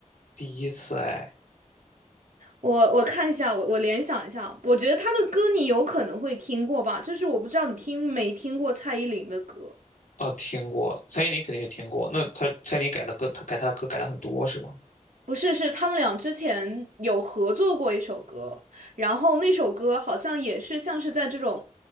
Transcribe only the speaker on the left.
第一次哎，
哦，听过，蔡依林肯定是听过。那她蔡依林改的歌，她改她的歌改了很多是吗？